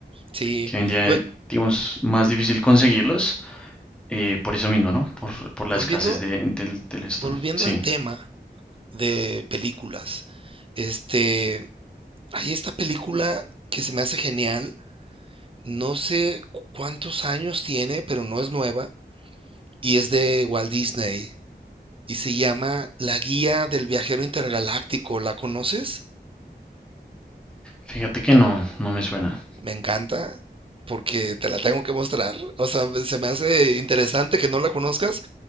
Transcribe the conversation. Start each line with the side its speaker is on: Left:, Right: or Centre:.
Right: Sí,
Centre: que hoy en día,
Right: a
Centre: eh, digamos, más difícil conseguirlos, eh, por eso mismo, ¿no? Por, por la
Right: Volviendo,
Centre: escasez de, del, del esto.
Right: volviendo
Centre: Sí,
Right: al tema de películas, este, hay esta película que se me hace genial, no sé cu- cuántos años tiene, pero no es nueva, y es de Walt Disney, y se llama La Guía del Viajero Intergaláctico, ¿la conoces?
Centre: fíjate que no, no me suena.
Right: Me encanta, porque te la tengo que mostrar, o sea, se me hace interesante que no la conozcas,